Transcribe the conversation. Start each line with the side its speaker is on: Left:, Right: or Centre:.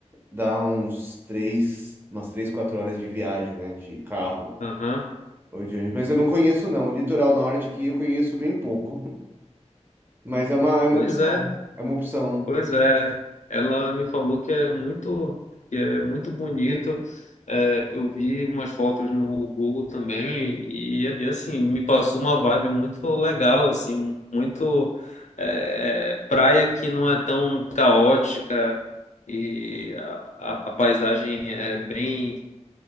Right: dá uns três, umas três, quatro horas de viagem, né? De carro
Left: Aham.
Right: ou de ônibus. Mas eu não conheço, não. O litoral norte aqui eu conheço bem pouco. <laughs> Mas é uma, é uma
Left: Pois
Right: opção.
Left: é,
Right: É uma opção.
Left: Pois é, ela me falou que é muito, que é muito bonito. É, eu vi umas fotos no Google também e, e, assim me passou uma vibe muito legal, assim, muito é, é, praia que não é tão caótica e a, a, a paisagem é bem,